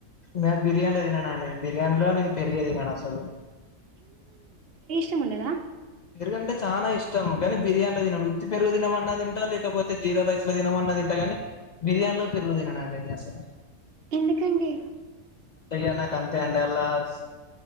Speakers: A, on the left; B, on the right.
A: నా బిర్యానిలో దిననండి బిర్యానిలో నేను పెరుగే తినను అసలు
B: టుం ఉండదా
A: పెరుగంటే చానా ఇష్టం కానీ బిర్యానిలో దినను ఉత్తి పెరుగు తినంమన్నా తింటా లేకపోతే జీరా రైస్ లో తినమన్నా తింట కాని బిర్యాన్లో పెరుగు దిననండి నే అసలు
B: ఎందుకండి
A: తిగ నాకు అంతే అండి అలాస్